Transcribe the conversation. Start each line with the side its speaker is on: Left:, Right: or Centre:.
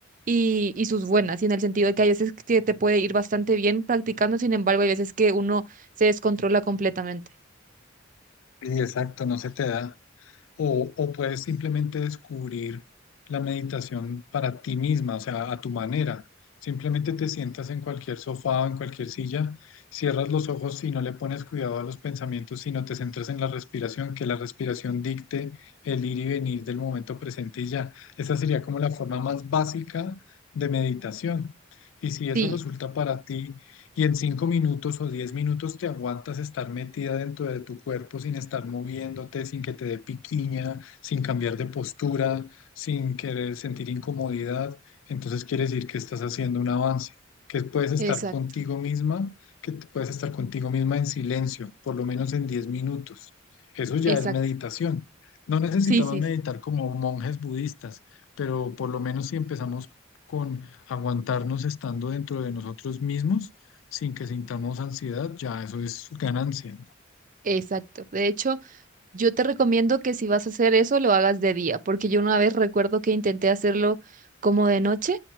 Right: y, y sus buenas, y en el sentido de que hay veces que te puede ir bastante bien practicando, sin embargo hay veces que uno se descontrola completamente.
Left: sí, exacto, no se te da. o, o puedes simplemente descubrir la meditación para ti misma, o sea, a tu manera. Simplemente te sientas en cualquier sofá o en cualquier silla, cierras los ojos y no le pones cuidado a los pensamientos, sino te centras en la respiración, que la respiración dicte el ir y venir del momento presente y ya. Esa sería como la forma más básica de meditación. Y si eso
Right: Sí,
Left: resulta para ti y en cinco minutos o diez minutos te aguantas estar metida dentro de tu cuerpo sin estar moviéndote, sin que te dé piquiña, sin cambiar de postura, sin querer sentir incomodidad, entonces quiere decir que estás haciendo un avance, que puedes estar
Right: exacto,
Left: contigo misma, que te- puedes estar contigo misma en silencio, por lo menos en diez minutos. Eso ya
Right: exacto.
Left: es meditación. No necesitamos
Right: Sí, sí,
Left: meditar
Right: sí,
Left: como monjes budistas, pero por lo menos si empezamos con aguantarnos estando dentro de nosotros mismos, sin que sintamos ansiedad, ya eso es ganancia. ¿no?
Right: exacto. De hecho, Yo te recomiendo que si vas a hacer eso, lo hagas de día, porque yo una vez recuerdo que intenté hacerlo como de noche